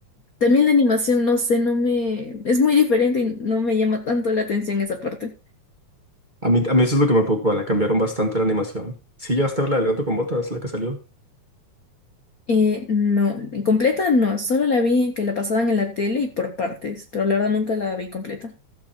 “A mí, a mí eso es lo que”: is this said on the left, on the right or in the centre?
Right